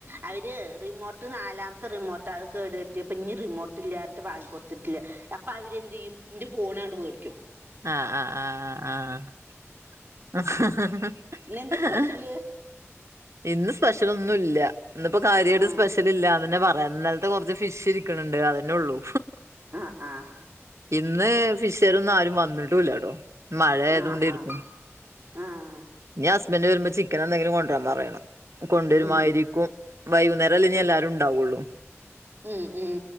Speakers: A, on the right; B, on the right.
A: അതിന് റിമോട്ട് ഇത് നാലാമത്തെ റിമോട്ടാ അത് കേട് വരത്തിയപ്പൊ ഇനി റിമോട്ട് ഇല്ലാഞ്ഞിട്ട് വാങ്ങി കൊടുത്തിക്ക അപ്പൊ അവരെന്ത് ചെയ്യും എന്റെ ഫോണങ്ങട്ട് മേടിക്കും
B: ആഹ് ആഹ് ആഹ് ആഹ് ആഹ് ഹ ഹ
A: ഇന്നെന്താ
B: ഹ
A: സ്പെഷ്യല്
B: ഹ ഇന്ന് സ്പെഷ്യൽ ഒന്നും ഇല്ല ഇന്ന്പ്പോ കാര്യയിട്ട്
A: ആഹ്
B: സ്പെഷ ഷൽ ഇല്ലാ നന്നെ പറയാ ഇന്നലത്തെ കൊറച്ച് ഫിഷ് ഇരിക്ക്ണ്‌ണ്ട് അതന്നെ ഒള്ളൂ
A: ആഹ് ആഹ്
B: ഇന്ന് ഫിഷേര് ഒന്നും ആരും വന്ന്ട്ടൂല്ലട്ടോ മഴ ആയതുകൊണ്ടിരിക്കും
A: ആഹ് ആഹ് ആഹ്
B: ഞ്ഞ ഹസ്ബൻഡ് വരുമ്പോ ചിക്കൻ എന്തെങ്കിലും കൊണ്ടരാ പറയണം കൊണ്ടുവരുമായിരിക്കും
A: ഉം
B: വൈകുന്നേരല്ലേ ഇനിഎല്ലാരും ഇണ്ടാവാള്ളൂ
A: ഉം ഉം